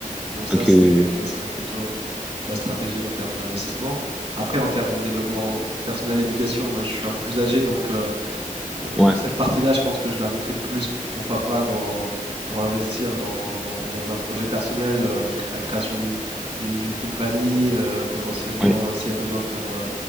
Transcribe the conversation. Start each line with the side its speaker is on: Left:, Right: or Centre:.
Right: Donc ça,
Centre: ok,
Right: c'est,
Centre: oui, oui.
Right: ça serait plutôt la stratégie en termes d'investissement. Après, en termes de développement personnel, éducation, moi, je suis un peu plus âgé, donc euh, euh,
Centre: ouais,
Right: cette partie-là, je pense que je la mettrais plus, p- pourquoi pas, dans, pour investir dans, dans- dans un projet personnel, euh, cré- la création d'une d'une d'une compagnie, euh, potentiellement
Centre: oui,
Right: euh, s'il y a besoin de faire euh,